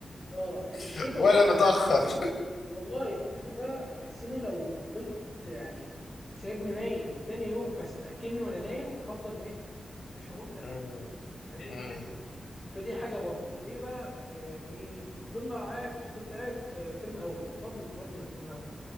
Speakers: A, on the left (about 20°); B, on the left (about 75°).
A: اه الشتاء
B: <laughs> ولا
A: ده
B: متأخر
A: انا والله الشتاء ده تحسني لو فضلت يعني سايبني نايم لتاني يوم بس تاكلني وانا نايم هفضل نايم مش هقول لا
B: امم
A: فاهمني
B: امم
A: فدي حاجه برضك وايه بقى يعني ايه ففضلنا قاعد فضلت قاعد آه، ترم اول وبرضك برضك في منازع